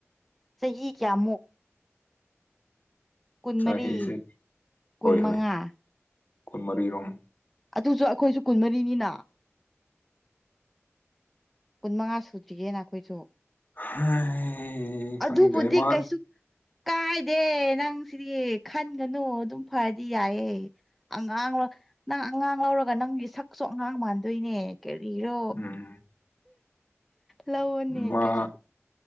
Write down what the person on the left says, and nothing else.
ꯆꯍꯤꯁꯦ
ꯍꯣꯏ
ꯍꯣꯏ ꯀꯨꯟꯃꯔꯤꯔꯣꯝ
ꯍꯩ ꯈꯪꯗꯦ
ꯃꯥ
ꯎꯝ
ꯃꯥ